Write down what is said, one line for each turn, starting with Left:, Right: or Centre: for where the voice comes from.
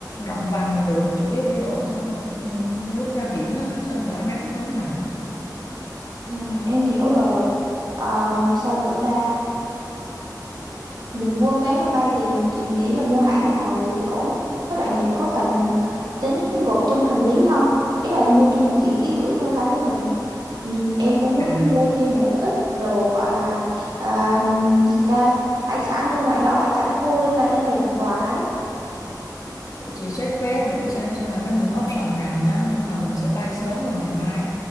Left: Rộng vành là được, chủ yếu để đội thôi. Ừ, Để lúc ra biển á cho đỡ nắng thôi mà.
Right: Ừ, em hiểu rồi. Ờ, sao nữa ta? mình mua vé máy bay thì chị nghĩ là mua hãng nào thì ổn với lại mình có cần tính gộp chung hành lý không ý là mua chung một kiện ký gửi thôi hai đứa mình ừ, em cũng muốn
Left: À,
Right: mua thêm một ít đồ gọi là à, gì ta hải sản ở ngoài đó hải sản khô đây là đem về làm quà ấy
Left: chị check vé thử xem xem là có những option nào nhá, nhưng mà mình sẽ bay sớm vào ngày mai.